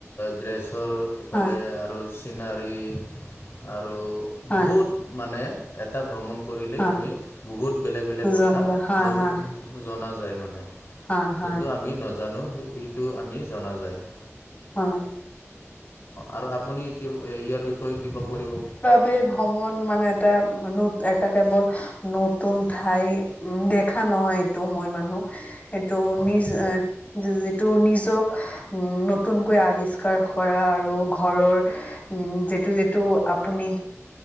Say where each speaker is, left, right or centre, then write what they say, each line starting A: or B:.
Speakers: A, on the left (about 55°); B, on the left (about 30°).
A: ড্ৰেছৰ ইফালে
B: হয়
A: আৰু চিনাৰী আৰু
B: হয়
A: বহুত মানে এটা ভ্ৰমণ কৰিলে
B: হয়
A: আমি বহুত বেলেগ বেলেগ
B: নোযোৱা
A: কথা
B: নোযোৱা হয়
A: নজ
B: হয়
A: জনা যায় মানে,
B: হয় হয়
A: জোনটো আমি নাজানো সেইটো আমি জনা যায়। অ',
B: হয়
A: আৰু আপুনি কি ইয়াৰ বিষয়ে কিবা কৰিব
B: বেই ভ্ৰমণ মানে এটা মানুহ এটা কেৱল নতুন ঠাই উ দেখা নহয় এইটো মই মানুহ। এইটো
A: হয়
B: নিজ এ যিটো নিজক উ ন তুনকৈ আৱিষ্কাৰ কৰা আৰু ঘৰৰ যেটো যেটো আপুনি